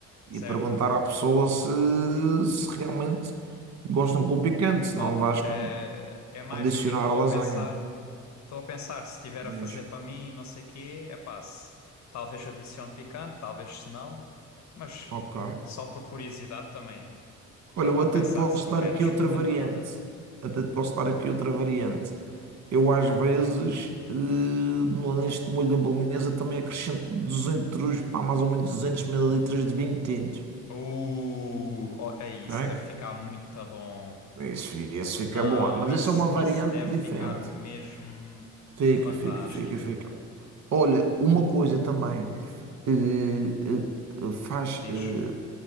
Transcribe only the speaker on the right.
e
perguntar à pessoa se, se realmente gostam com o picante, se não
vais
con-
condicionar
a lasanha.
Diz,
ok.
Olha, eu até
te posso
dar
aqui outra
variante.
Até te posso dar aqui outra variante. Eu às vezes, eh, no- neste molho da bolonhesa também acrescento 200, pá, mais ou menos 200 mililitros de vinho tinto.
ok
Isso, esse fica
bom, mas
essa é uma variante
diferente.
Fica,
fica, fica, fica. Olha, uma coisa também, eh, eh, faz,
eh,